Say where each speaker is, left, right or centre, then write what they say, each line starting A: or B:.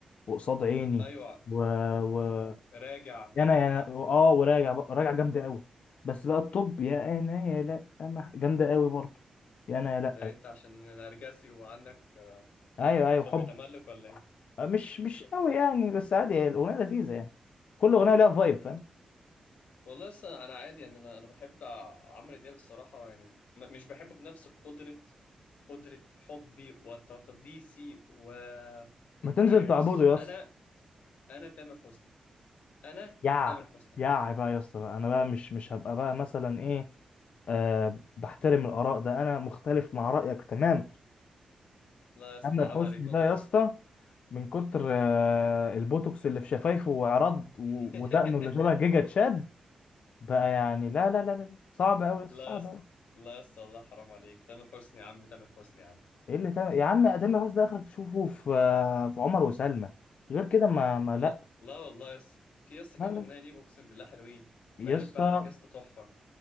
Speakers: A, on the left; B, on the left.
A: وقصاد عيني
B: ايوه
A: و و
B: يا خرابي راجع
A: انا يا أنا- اه وراجع بقى- راجع جامده قوي بس بقى الطب يا انا يا لا أنا- جامده قوي برضه يا انا يا لا
B: ده انت عشان نرجسي وعندك
A: ايوه ايوه
B: حب
A: حب
B: تملك ولا ايه
A: مش مش قوي يعني بس عادي هي الاغنيه لذيذه يعني كل اغنيه لها فايب
B: مم.
A: فاهم
B: والله لسه انا عادي يعني انا انا بحب ع- عمرو دياب الصراحه يعني م- مش بحبه بنفس قدره قدره حبي وتقديسي و
A: ما تنزل
B: ويعني بص
A: تعبده يا اسطى
B: انا انا تامر حسني انا
A: يع
B: تامر حسني
A: يع
B: حبيبي
A: بقى يا اسطى بقى. انا بقى مش مش هبقى بقى مثلا ايه أه بحترم الاراء ده انا مختلف مع رايك تمام
B: لا يا اسطى
A: عامر
B: حرام
A: حسني
B: عليك والله
A: ده يا اسطى من كتر آه، البوتوكس اللي في شفايفه وعرض و-
B: <laughs>
A: ودقنه اللي شبه جيجا تشاد بقى يعني لا لا لا لا لا. صعب قوي صعب
B: لا يا اسطى
A: قوي
B: لا يا اسطى والله حرام عليك تامر حسني يا عم تامر حسني يا عم
A: ايه اللي تعمل يا عم تامر حسني ده اخرك تشوفه في آه، في عمر وسلمى غير كده ما ما
B: لا
A: لا
B: لا والله يا اسطى في يا اسطى
A: لا
B: كام
A: لا
B: اغنيه ليه اقسم بالله حلوين
A: يا
B: ماليش
A: اسطى
B: بعدك يا اسطى تحفه